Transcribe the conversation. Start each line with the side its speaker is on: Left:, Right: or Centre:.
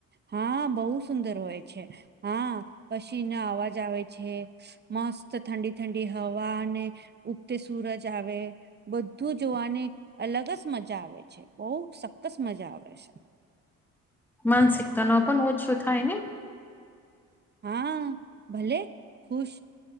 Right: હા બહુ સુંદર હોય છે હા પછી ના અવાજ આવે છે મસ્ત ઠંડી ઠંડી હવા અને ઉગતે સુૂરજ આવે બધું જોવાની અલગ જ મજા આવે છે બહુ સક્કસ મજા આવે છે
Centre: માનસિકતા ન પણ ઓછું થાય ને
Right: હા ભલે ખુશ